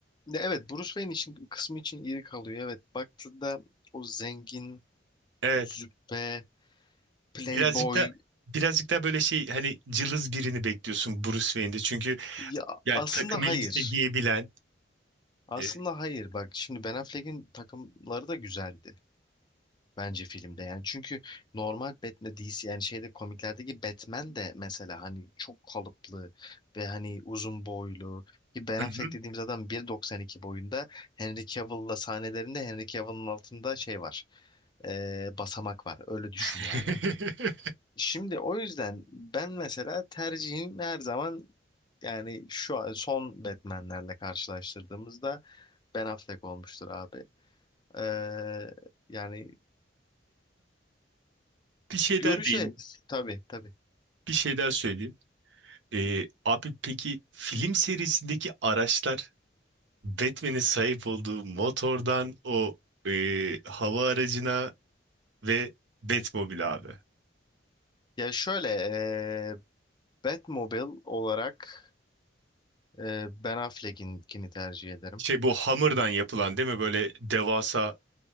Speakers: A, on the left; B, on the right.
A: Ya Evet Bruce Wayne için kısmı için iri kalıyor. Evet baktığında o zengin,
B: Evet.
A: züppe, playboy
B: Birazcık da birazcık da böyle şey hani cılız birini bekliyorsun Bruce Wayne'de. Çünkü
A: ya
B: ya
A: aslında
B: takım elbise
A: hayır.
B: giyebilen
A: Aslında
B: e,
A: hayır bak şimdi Ben Affleck'in takımları da güzeldi bence filmde yani çünkü normal Batman DC yani şeyde komiklerdeki Batman de mesela hani çok kalıplı ve hani uzun boylu ki Ben
B: hı
A: Affleck
B: hı.
A: dediğimiz adam 1.92 boyunda Henry Cavill'la sahnelerinde Henry Cavill'ın altında şey var e, basamak var öyle düşün
B: <laughs>
A: yani. Şimdi o yüzden ben mesela tercihim her zaman yani şu an son Batman'lerle karşılaştırdığımızda Ben Affleck olmuştur abi. Ee, yani
B: bir şey
A: göreceğiz
B: daha değil.
A: tabii tabii.
B: Bir şey daha söyleyeyim. E, abi peki film serisindeki araçlar Batman'in sahip olduğu motordan o e, hava aracına ve Batmobile abi.
A: Ya şöyle ee, Batmobile olarak ee, Ben Affleck'inkini tercih ederim.
B: Şey bu hamurdan yapılan değil mi? Böyle devasa